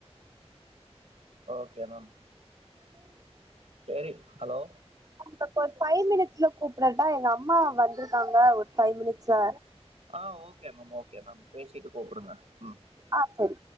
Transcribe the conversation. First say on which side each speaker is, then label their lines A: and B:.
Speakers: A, on the right (about 70°); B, on the right (about 35°).
A: ஓகே மேம் செரி ஹலோ
B: நப்ப ஒரு பஃபைவ் மினிட்ஸ்ல கூப்பறட்டா எங்க அம்மா வந்திருக்காங்க ஒரு பஃபைவ் மினிட்ஸ்ல
A: ஆ ஓகே மேம் ஓகே மேம் பேசிட்டு கூப்புடுங்க உம்
B: ஆ சரி